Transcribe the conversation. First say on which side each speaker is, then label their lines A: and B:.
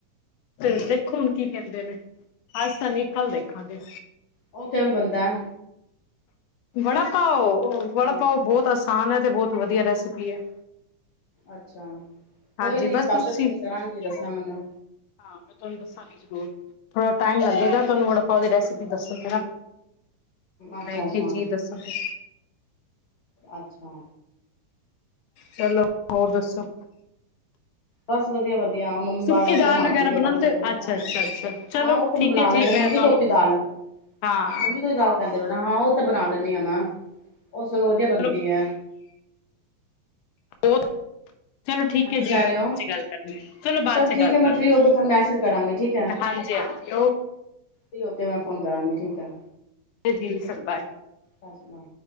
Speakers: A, on the left (about 75°); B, on the left (about 60°).
A: ਤੇ ਦੇਖੋ ਹੁਣ ਕੀ ਕਹਿੰਦੇ ਨੇ, ਅੱਜ ਤਾਂ ਨੀ, ਕੱਲ ਦੇਖਾਂਗੇ
B: ਉਹ, ਕਿਵੇਂ ਬੰਦਾ।
A: ਬੜਾ ਪਾਓ। ਉਹ
B: ਹੂੰ
A: ਵੜਾ ਪਾਓ ਬਹੁਤ ਅ ਆਸਾਨ ਹੈ ਤੇ ਬਹੁਤ ਵਧੀਆ ਰੈਸਿਪੀ ਹੈ
B: ਅੱਛਾ ਕੋਈ
A: ਹਾਂਜੀ
B: ਨੀ ਸਪੈਸ਼ਲ
A: ਬਸ ਤੁਸੀ
B: ਫੋਨ
A: ਹਾਂ
B: ਕਰਾਂਗੀ ਦੱਸਣਾ ਮੈਨੂੰ
A: ਮੈਂ ਤੁਹਾਨੂੰ ਦੱਸਾਂਗੀ ਜ਼ਰੂਰ ਥੋੜ੍ਹਾ ਟਾਇਮ ਲੱਗੇਗਾ ਤੁਹਾਨੂੰ ਵੜਾ ਪਾਓ ਦੀ ਰੈਸਿਪੀ ਦੱਸਣ ਤੇ ਨਾ
B: ਅੱਛਾ
A: ਮ ਇੱਕ
B: ਅੱਛਾ
A: ਇੱਕ ਚੀਜ ਦੱਸੋ ਗਈ
B: ਅੱਛਾ
A: ਚਲੋ ਹੋਰ ਦੱਸੋ
B: ਬਸ ਵਧੀਆ ਵਧੀਆ ਮੰਮੀ ਬਾਰ
A: ਸੁੱਕੀ
B: ਵਜਾ
A: ਦਾਲ
B: ਮਾਰਦੀ
A: ਵਗੈਰਾ
B: ਵੀ
A: ਬਣਾਉਂਦੇ
B: ਕੱਪੜੇ ਸੁੱਕਣ
A: ਹੋ? ਅੱਛਾ
B: ਪਾ
A: ਅੱਛਾ ਅੱਛਾ ਚਲੋ
B: ਆਉ ਉਹ
A: ਠੀਕ
B: ਤਾ ਬਣਾ
A: ਹੈ
B: ਲੈਣੇ
A: ਜੀ ਮੈਂ
B: ਮੂੰਗੀ
A: ਤੁਹਾਨੂੰ
B: ਧੋਤੀ ਦਾਲ
A: ਹਾਂ
B: ਮੂੰਗੀ ਧੋਤੀ ਦਾਲ ਕਹਿੰਦੇ ਵ ਹਾਂ ਉਹ ਤਾਂ ਬਣਾ ਲੈਂਦੀ ਆ ਮੈਂ ਉਹ ਸਗੋਂ ਵਧੀਆ ਬਣਦੀ
A: ਚਲੋ
B: ਹੈ
A: ਉਹ ਚਲੋ
B: ਹਾਂ
A: ਠੀਕ ਹੈ
B: ਕੀ ਕਰ
A: ਜੀ
B: ਰਹੇ ਹੋ
A: ਗੱਲ ਕਰ ਚਲੋ ਬਾਅਦ
B: ਚਲ
A: ਚ
B: ਠੀਕ
A: ਗੱਲ
B: ਹੈ ਮੈਂ
A: ਕਰ
B: ਫਰੀ
A: ਲ
B: ਹੋ ਕੇ ਤੁਹਾਨੂੰ ਮੈਸੇਜ ਕਰਾਂਗੀ ਠੀਕ ਹੈ
A: ਹਾਂਜੀ ਹਾਂਜੀ
B: ਫਰੀ ਹੋ ਕੇ ਮੈਂ ਫੋਨ ਕਰਾਂਗੀ ਠੀਕ ਆ
A: ਜਧੀਮ ਸਏ
B: ਬਸਮ